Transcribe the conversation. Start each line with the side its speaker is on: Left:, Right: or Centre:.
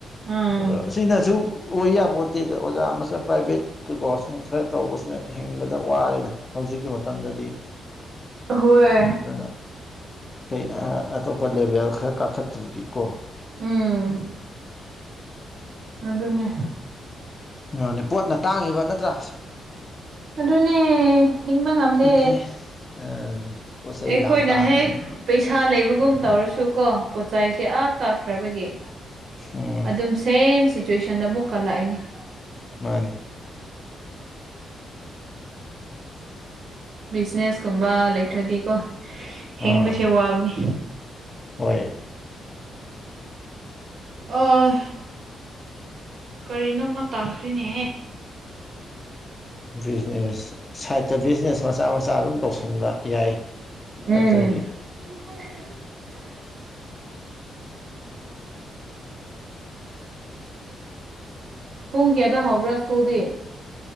Right: ꯎꯝ
Left: ꯔꯁꯤꯅꯁꯨꯨ ꯑꯣꯏ ꯌꯥꯄꯣꯟꯇꯦ ꯇ ꯑꯣꯖꯥ ꯃꯆꯥ ꯄ꯭ꯔꯥꯏꯚꯦꯠ ꯀꯩꯀꯣ ꯁꯨꯝ ꯈꯔ ꯇꯧꯕꯁꯤꯅ ꯍꯤꯡꯕꯗ ꯋꯥꯔꯦꯗ ꯍꯧꯖꯤꯛꯀꯤ ꯃꯇꯝꯗꯗꯤ
Right: ꯍꯣꯏ
Left: ꯗꯨꯅ ꯀꯩ ꯑ ꯑꯇꯣꯞꯄ ꯂꯦꯕꯦꯜ ꯈꯔ ꯀꯥꯈꯠꯇ꯭ꯔꯗꯤ ꯀꯣ
Right: ꯎꯝ ꯑꯗꯨꯅꯦ
Left: ꯃꯥꯅꯦ ꯄꯣꯠꯅ ꯇꯥꯡꯉꯤꯕ ꯅꯠꯇ꯭ꯔꯥ
Right: ꯑꯗꯨꯅꯦ ꯍꯤꯡꯕ ꯉꯝꯗꯦ
Left: ꯏꯟꯐ꯭ꯂꯦ ꯑꯥ ꯄꯣꯠ ꯆꯩ
Right: ꯑꯩꯈꯣꯏꯅ
Left: ꯌꯥꯝ ꯇꯥꯡꯕꯅꯤ
Right: ꯍꯦꯛ ꯄꯩꯁꯥ ꯂꯩꯕ ꯑꯗꯨꯒꯨꯝ ꯇꯧꯔꯁꯨ ꯀꯣ ꯄꯣꯠꯆꯩꯁꯦ ꯑꯥ ꯀꯥꯈ꯭ꯔꯕꯒꯤ
Left: ꯎꯝ
Right: ꯑꯗꯨꯝ ꯁꯦꯝꯁꯤ ꯁꯤꯆꯨꯋꯦꯁꯟꯗ ꯑꯃꯨꯛ ꯀ ꯂꯛꯏꯅꯤ
Left: ꯃꯥꯅꯤ
Right: ꯕꯤꯖꯤꯅꯦꯁ ꯀꯨꯝꯕ ꯂꯩꯇ꯭ꯔꯗꯤꯀꯣ ꯍꯤꯡꯕꯁꯦ
Left: ꯑꯥ
Right: ꯋꯥꯕꯅꯤ
Left: ꯍꯣꯏ
Right: ꯑꯣ ꯀꯔꯤꯅꯣꯃ ꯇꯥꯈ꯭ꯔꯦꯅꯦ
Left: ꯕꯤꯖꯤꯅꯦꯁ ꯁꯥꯏꯠꯇ ꯕꯤꯖꯤꯅꯦꯁ ꯃꯆꯥ ꯃꯆꯥ ꯑꯗꯨꯝ ꯇꯧꯁꯟꯕ ꯌꯥꯏ
Right: ꯎꯝ
Left: ꯅꯠꯇ꯭ꯔꯗꯤ
Right: <inaudible> ꯄꯨꯡ ꯀꯌꯥꯗ ꯍꯧꯕ꯭ꯔꯥ ꯁ꯭ꯀꯨꯜꯗꯤ